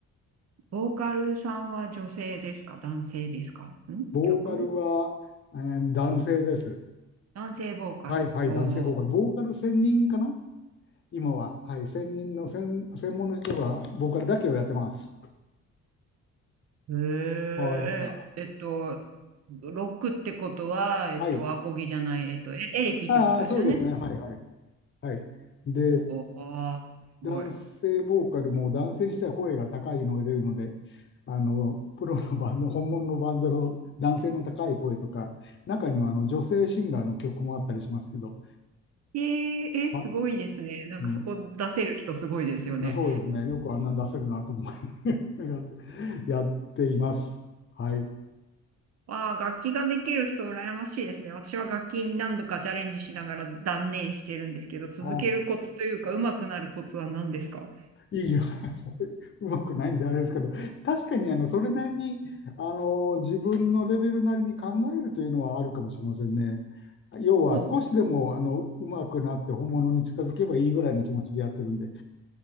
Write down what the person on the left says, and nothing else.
ボーカルは、えー男性です。
はい、はい、
男性ボーカル。ボーカル専任かな今は。はい、専任の専、専門の人が、ボーカルだけをやってます。
は
い。
あはい。
ああ、そうですね。はい、はい。はい。で、
男性ボーカルも男性にしては声が高いのが出るので、あの、プロのバンド、本物のバンドの男性の高い声とか、中にはあの女性シンガーの曲もあったりしますけど、
は、
うん、そうですね。よくあんなん出せるなと思う。<laughs> だから、やっています。はい。
あ
いいよ。<laughs> うまくないんであれですけど、確かにあのそれなりにあの自分のレベルなりに考えるというのはあるかもしれませんね。要は少しでもあのうまくなって本物に近づけばいいぐらいの気持ちでやってるんで、